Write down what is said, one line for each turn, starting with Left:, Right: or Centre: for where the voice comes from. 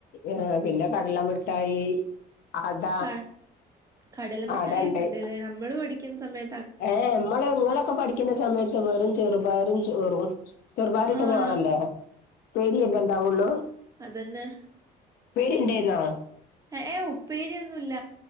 Left: ആഹ് പിന്നെ കടല മിഠായി. അട
Right: ക കടല മിഠായെക്കെണ്ട്ല്ലേ
Left: അടണ്ട്
Right: നമ്മള് പഠിക്ക്ന്ന സമയ
Left: ഏഹ് മ്മള് നിങ്ങളൊക്കെ പഠിക്ക്ന്ന സമയത്ത് വെറും ചെറുപയറും ചെറും ചെറുപയറിട്ട
Right: ആഹ്
Left: ചോറല്ലേ പേര്യല്ലേണ്ടാവൊള്ളൂ?
Right: അതെന്നെ
Left: പേരിണ്ടേര്ന്നോ?
Right: എഹ് ഏഹ് ഉപ്പ പ്പേര്യൊന്നൂല്ല.